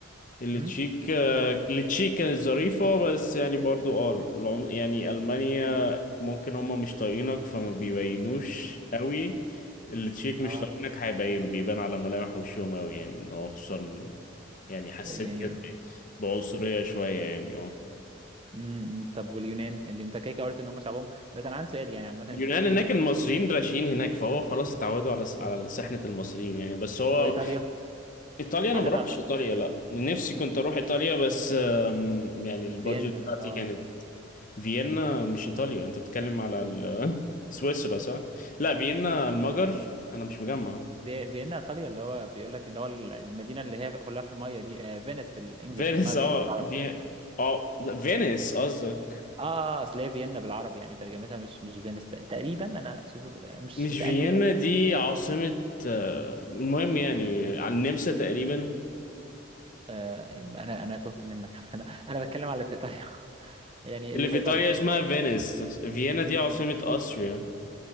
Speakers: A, on the left; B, on the right.
A: التشيك
B: امم
A: آه، التشيك كانت ظريفه بس يعني برضو اه العم- يعني المانيا ممكن هما مش طايقينك فما بيبينوش قوي التشيك
B: اه
A: مش طايقينك هيبينوا بيبان على ملامح وشهم قوي يعني ان هو خصوصا يعني حسيت
B: يعني
A: كده بعنصريه شويه يعني اه
B: امم طب واليونان اللي انت كده كده قلت ان هم شعبهم بس انا عندي سؤال يعني عامه انت
A: اليونان
B: بتحكي
A: هناك
B: ان انت
A: المصريين راشقين هناك فهو خلاص اتعودوا على على سحنة المصريين يعني بس هو
B: وايطاليا
A: ايطاليا انا
B: عديت
A: ما روحتش
B: على
A: ايطاليا لا نفسي كنت
B: مم.
A: اروح ايطاليا بس آم، يعني البادجت
B: فيينا
A: بتاعتي
B: اه
A: كانت فيينا مش ايطاليا انت بتتكلم على ال- <laughs> سويسرا صح لا فيينا المجر انا مش مجمع
B: في- فيينا ايطاليا اللي هو بيقول لك اللي هو المدينه اللي هي كلها في الميه دي آه، فينيس بالانجلش
A: فينيس
B: اسمها
A: اه
B: فيينا بالعربي
A: في اه لا فينيس قصدك
B: اه آه، اصل هي فيينا بالعربي يعني ترجمتها مش مش فينيس تقريبا انا شبه- مش
A: مش
B: متاكد
A: فيينا
B: قوي
A: دي عاصمة آه، المهم يعني على النمسا تقريبا
B: آه يبقى انا انا تهت منك <laughs> انا انا بتكلم على اللي في ايطاليا <laughs> يعني
A: اللي
B: اللي
A: في
B: في
A: ايطاليا
B: ايطاليا
A: اسمها فينيس فيينا
B: م-
A: دي عاصمة أستريا